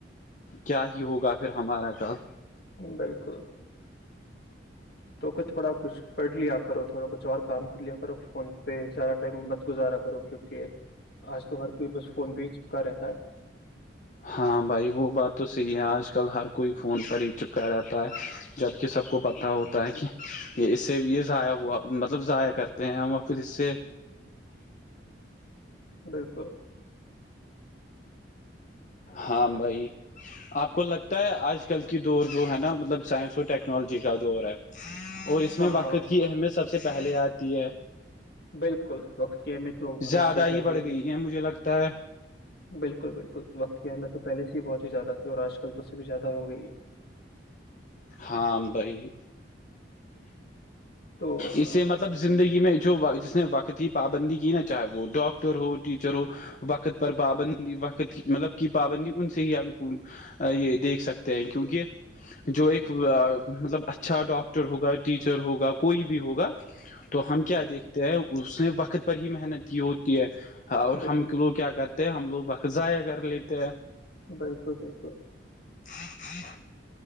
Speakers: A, on the left; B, on the left.
A: کیا ہی ہوگا پھر ہمارا کل-
B: بالکل تو ک تھوڑا خش- پڑھ لیا کرو، تھوڑا کچھ اور کام کر لیا کرو فون پہ زیادہ ٹائم مت گزارا کرو کیونکہ- آج تو ہر کوئی بس فون پہ ہی چپکا رہتا ہے-
A: ہاں بھائی وہ بات تو صحیح ہے اج کل ہر کوئی فون پر ایک چپ کر اتا ہے - جب کہ سب کو پتہ ہوتا ہے کہ اس سے یہ ضائع ہوا مطلب ضائع کرتے ہیں پھر اس سے-
B: بالک
A: ہاں بھائی- اپ کو لگتا ہے اج کل کی دو جو ہے نا مطلب سائنس اور ٹیکنالوجی کا دور ہے- اور اس
B: ہاں
A: میں وقت
B: ہاں
A: کی اہمیت سب سے پہلے آتی ہے-
B: بالکل، وقت کی امی تو ہمیش
A: زیادہ
B: ہی پہلی-
A: بڑھ گئی ہے مجھے لگتا ہے
B: بالکل- بالکل وقت کی ا میں تو پہلے سے ہی بہت ہی زیادہ تھی اور آج کل تو اس سے بھی زیادہ ہو گئی ہے-
A: ہاں بائی,
B: تو آ،
A: اسے متلب مطلب زندگی میں جو جس نے وقتی پابندی کی نا چاہے وہ ڈاکٹر ہو ٹیچر ہو- وقت پر پابندی وقت مطلب کی پابندی ان سے ہی ہم- یہ دیکھ سکتے ہیں کیونکہ جو ایک- مطلب اچھا ڈاکٹر ہوگا ٹیچر ہوگا کوئی بھی ہوگا تو ہم کیا دیکھتے ہیں اس نے وقت پر ہی محنت کی ہوتی ہے- اور
B: بالکل
A: ہم لوگ کیا کرتے ہیں ہم لوگ بق ضائع کر لیتے ہیں
B: بالکل بالکل
A: ہ ہ